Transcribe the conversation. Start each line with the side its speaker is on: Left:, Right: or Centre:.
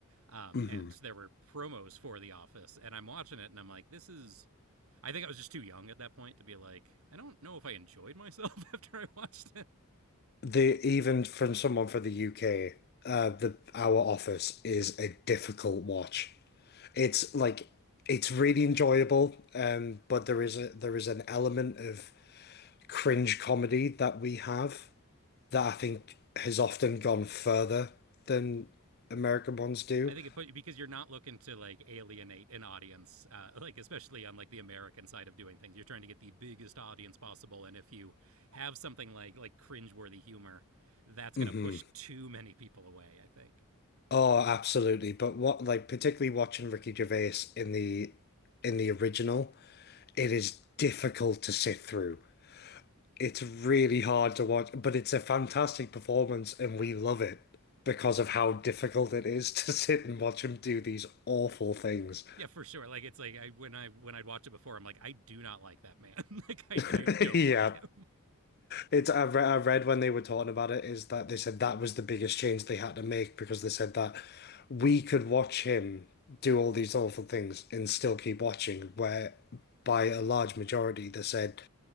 Right: um,
Left: hmm
Right: and there were promos for The Office, and I'm watching it, and I'm like, this is. I think I was just too young at that point to be like, I don't know if I enjoyed myself <laughs> after I watched it.
Left: The even from someone from the UK, uh, the our office is a difficult watch. It's like it's really enjoyable, um, but there is a there is an element of cringe comedy that we have that I think has often gone further than American ones do.
Right: I think it put because you're not looking to like alienate an audience, uh, like especially on like the American side of doing things. You're trying to get the biggest audience possible, and if you have something like like cringeworthy humor, that's gonna
Left: hmm
Right: push too many people away. I think.
Left: Oh, absolutely. But what, like, particularly watching Ricky Gervais in the in the original, it is difficult to sit through. It's really hard to watch, but it's a fantastic performance, and we love it because of how difficult it is <laughs> to sit and watch him do these awful things.
Right: Yeah, for sure. Like it's like I when I when I'd watch it before, I'm like, I do not like that man. <laughs> like I
Left: <laughs>
Right: I don't
Left: Yeah,
Right: like him.
Left: It's I read, I read when they were talking about it is that they said that was the biggest change they had to make because they said that we could watch him do all these awful things and still keep watching, where by a large majority they said